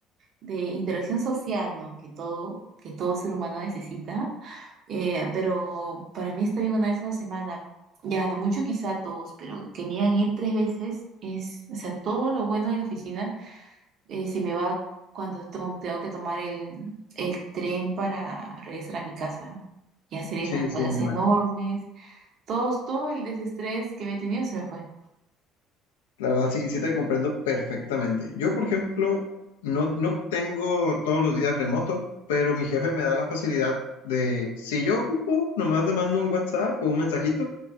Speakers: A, on the right (about 50°); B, on the left (about 70°).
A: de interacción social, ¿no? Que todo, que todo ser humano necesita. Eh, pero para mí está bien una vez a la semana. Ya, lo mucho quizá dos, pero que me hagan ir tres veces es, o sea, todo lo bueno de la oficina eh, se me va cuando to- tengo que tomar el, el tren para regresar a mi casa y hacer esas
B: Sí,
A: cosas
B: sí, me
A: enormes
B: imagino.
A: todos, todo el desestrés que había tenido se me fue.
B: La verdad, sí, sí te comprendo perfectamente. Yo, por ejemplo, no, no tengo todos los días remoto, pero mi jefe me da la facilidad de, si yo ocupo, nomás le mando un WhatsApp o un mensajito